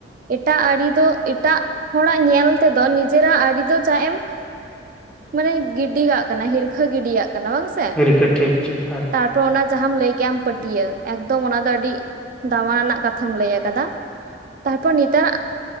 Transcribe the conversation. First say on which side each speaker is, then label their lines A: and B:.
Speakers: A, on the right (about 45°); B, in the centre.
A: ᱮᱴᱟᱜ ᱟᱨᱤ ᱫᱚ ᱮᱴᱟᱜ ᱦᱚᱲᱟᱜ ᱧᱮᱞ ᱛᱮᱫᱚ ᱡᱮᱨᱟᱜ ᱟᱹᱨᱤ ᱫᱚ ᱪᱟ ᱮᱢ ᱢᱟᱱᱮ ᱜᱤᱰᱤᱟᱜ ᱠᱟᱱᱟ ᱦᱤᱨᱠᱷᱟᱹ ᱜᱤᱰᱤᱭᱟᱜ ᱠᱟᱱᱟ ᱵᱟᱝ ᱥᱮ
B: ᱟᱹᱰᱤ ᱛᱮᱫ ᱴᱷᱤᱠ ᱴᱷᱤᱠ ᱦᱚᱭ
A: ᱛᱚ ᱚᱱᱟ ᱡᱟᱦᱟᱸᱢ ᱞᱟᱹᱭ ᱠᱮᱫᱮᱜ ᱟᱢ ᱯᱟᱹᱴᱭᱟᱹ ᱮᱠᱫᱚᱢ ᱚᱱᱟ ᱫᱚ ᱟᱹᱰᱤ ᱫᱟᱢᱟᱱᱟᱱᱟᱜ ᱠᱟᱛᱷᱟᱢ ᱞᱟᱹᱭ ᱟᱠᱟᱫᱟ᱾ ᱛᱟᱨᱯᱚᱨ ᱱᱤᱛᱟᱨᱟᱜ